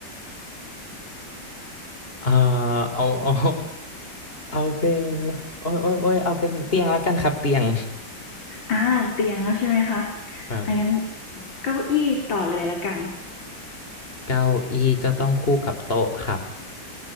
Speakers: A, on the left; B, on the left.
A: เอ่อเอาเอา เอาเป็นโอ้ยโอ้ยโอ้ยเอาเป็นเตียงแล้วกันครับเตียง
B: อ่าเตียงแล้วใช่ไหมคะ
A: ครับ
B: อังั้นเก้าอี้ต่อเลยละกัน
A: เก้าอี้ก็ต้องคู่กับโต๊ะครับ